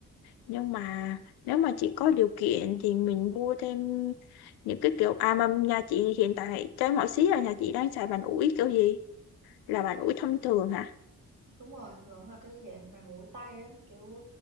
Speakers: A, on the left; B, on the right.
A: Nhưng mà nếu mà chị có điều kiện thì mình mua thêm những cái kiểu à mà nhà chị hiện tại trái mọi xí là nhà chị đang xài bàn ủi kiểu gì? Là bàn ủi thông thường hả?
B: đúng rồi vẫn là cái dạng bàn ủi tay á kiểu